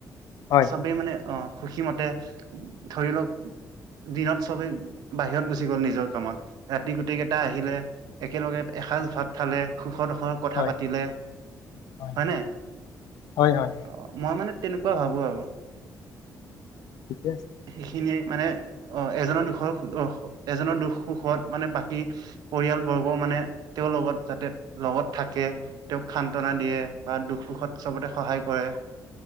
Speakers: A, on the left; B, on the right.
A: হয়
B: চবেই মানে অঁ সুখী মতে, ধৰি লওঁক দিনত চবেই বাহিৰত গুচি গ'ল নিজৰ কামত। ৰাতি গোটেই কেইটা আহিলে একেলগে এসাঁজ ভাত খালে। সুখ দুখৰ কথা
A: হয়
B: পাতিলে হয়নে?
A: হয় হয় হয়
B: অঁ মই মানে তেনেকুৱা ভাবো আৰু।
A: ঠিকে আছে।
B: সেইখিনিয়ে মানে অ', এজনৰ দুখৰ, এজনৰ দুখ সুখত মানে বাকী পৰিয়াল বৰ্গও মানে তেওঁৰ লগত যাতে লগত থাকে তেওঁক সান্তনা দিয়ে বা দুখ সুখত চবতে সহায় কৰে